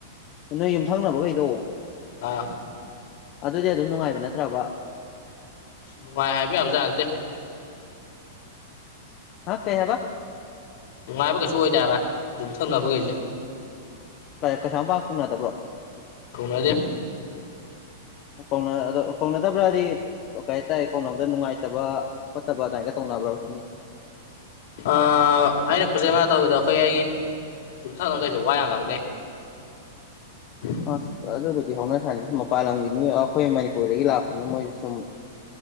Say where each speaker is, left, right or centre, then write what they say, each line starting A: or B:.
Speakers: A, on the left; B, on the left.
A: ꯅꯣꯏ ꯌꯨꯝꯊꯪꯅꯕꯒꯩꯗꯣ
B: ꯑꯥ
A: ꯑꯗꯨꯗꯤ ꯑꯗꯨꯝ ꯅꯨꯡꯉꯥꯏꯕ ꯅꯠꯇ꯭ꯔꯕ
B: ꯅꯨꯡꯉꯥꯏ ꯍꯥꯏꯕ ꯌꯥꯕꯖꯥꯠ ꯅꯠꯇꯦ
A: ꯍꯥ ꯀꯩ ꯍꯥꯏꯕꯥ
B: ꯅꯨꯡꯉꯥꯏꯕ ꯀꯩꯁꯨ ꯑꯣꯏꯗꯦ ꯍꯥꯏꯕꯥ ꯌꯨꯝꯊꯪꯅꯕꯈꯩꯁꯦ
A: ꯀꯩ ꯀꯩꯁꯥꯝ ꯄꯥꯛ ꯀꯧꯅꯗꯕ꯭ꯔꯣ
B: ꯀꯧꯅꯗꯦ
A: ꯀꯧꯅ ꯑ ꯀꯧꯅꯗꯕ꯭ꯔꯥꯗꯤ ꯀꯩ ꯍꯥꯏꯇꯥꯥꯔꯦ ꯀꯧꯅꯕꯗ ꯅꯨꯡꯉꯥꯏꯇꯕ ꯈꯣꯠꯇꯕ ꯑꯗꯨꯃꯥꯏꯒ ꯇꯧꯅꯕ꯭ꯔꯣ ꯁꯤꯅꯤ
B: ꯑ ꯑꯩꯅꯥ ꯀꯣꯆꯤꯡ ꯀꯩꯀꯥ ꯇꯧꯕꯗꯥ ꯑꯩꯈꯣꯏ ꯑꯩꯒꯤ ꯌꯨꯝꯊꯪꯅꯕꯥꯈꯩꯁꯦ ꯋꯥ ꯌꯥꯝ ꯉꯥꯡꯅꯩ <unintelligible>
A: ꯑꯁ ꯑꯗꯨꯕꯨꯗꯤ ꯍꯧꯅ ꯁꯥꯅꯤ ꯃꯄꯥꯟ ꯂꯝꯒꯤ ꯃꯤ ꯑꯩꯈꯣꯏ ꯃꯅꯤꯄꯨꯔꯗꯒꯤ ꯂꯥꯛꯄꯅꯤꯅ ꯃꯣꯏꯁꯨ ꯁꯨꯝ